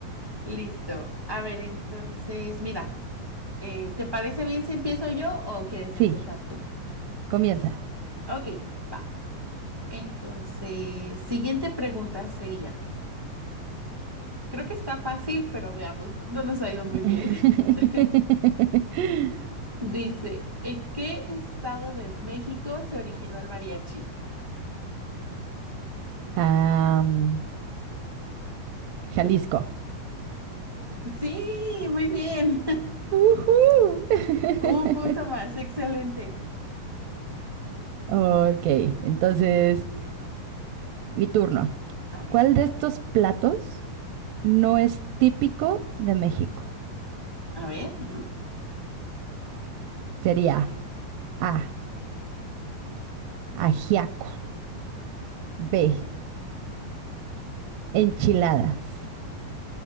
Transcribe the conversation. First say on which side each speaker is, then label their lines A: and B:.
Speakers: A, on the right; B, on the right.
A: Listo. A ver, entonces, mira, eh, ¿te parece bien si empiezo yo o quieres
B: Sí,
A: empezar tú?
B: comienza.
A: Ok, va. Entonces, siguiente pregunta sería, creo que está fácil, pero veamos, no nos ha ido muy
B: <laughs>
A: bien. <laughs> Dice, ¿en qué estado de México se originó el mariachi?
B: Am, Jalisco.
A: Sí, muy bien.
B: Ujú. <laughs>
A: Un punto más, excelente.
B: Ok, entonces mi turno.
A: A ver,
B: ¿Cuál de estos platos no
A: ujú,
B: es típico de México?
A: a ver. ujú,
B: Sería A, ajiaco, B, enchiladas,